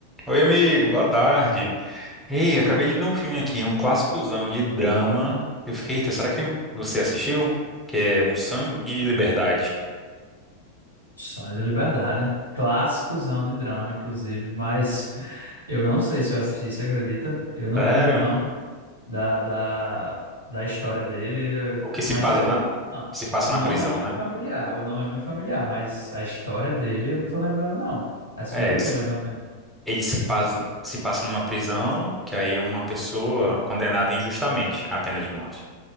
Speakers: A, in the centre; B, on the left.
A: Oi, amigo, boa tarde. Ei, acabei de ver um filme aqui, um clássicozão de drama. Eu fiquei, eita, será que você assistiu? Que é Um Sonho de Liberdade.
B: Sonho de Liberdade, clássicozão de drama, inclusive, mas <laughs> eu não sei se eu assisti, você acredita? Eu não
A: Sério?
B: lembro, não, da, da, da história dele,
A: O que se
B: mas
A: passa
B: eu,
A: na,
B: não,
A: se passa
B: o
A: na
B: nome
A: prisão,
B: é muito
A: né?
B: familiar, o nome é muito familiar, mas a história dele eu não tô lembrando, não. É sobre
A: É, ele,
B: o quê,
A: se-
B: mais ou menos?
A: ele se passa, se passa numa prisão, que aí é uma pessoa condenada injustamente à pena de morte.